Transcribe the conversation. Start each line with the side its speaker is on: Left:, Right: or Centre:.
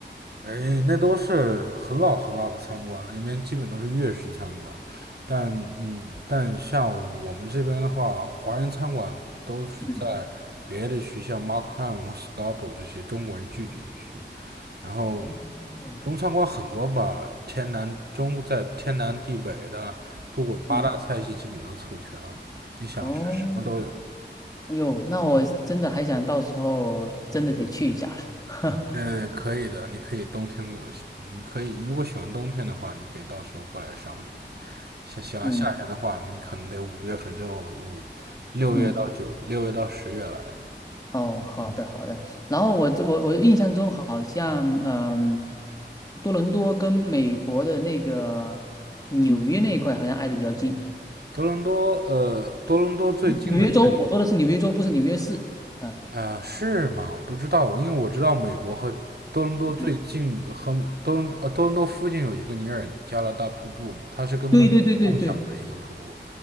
Right: 哎，那都是很老很老的餐馆了，那边基本都是粤式餐馆。但嗯，但像我们这边的话，华人餐馆都是在别的区，
Left: 嗯，
Right: 像 Markham 或 Scarborough 这些中国人聚集的区。然后
Left: 哦，
Right: 中餐馆很多吧，天南中在天南地北的，不管八大菜系基本都凑全了，
Left: 嗯，
Right: 你想吃什么都有。
Left: 哦，哎呦，那我真的还想到时候真的得去一下了。
Right: 呃，
Left: <laughs>
Right: 可以的，你可以冬天过，你可以如果喜欢冬天的话，你可以到时候过来赏雪。想喜欢夏天的话，
Left: 嗯
Right: 你可能得五月份之后，五六月到九六月到十月来了。
Left: 嗯，哦，好的好的。然后我我我印象中好像嗯，多伦多跟美国的那个纽约那一块好像挨得比较近。
Right: 多伦多，呃，多伦多最近的是，
Left: 纽约州，我说的是纽约州，不是纽约市。嗯，
Right: 啊、是吗？我不知道，因为我知道美国和多伦多最近的和多伦呃多伦多附近有一个尼尔加拉大瀑布嘛，
Left: 嗯，
Right: 它是跟美国共享的一个瀑布。
Left: 对对对对对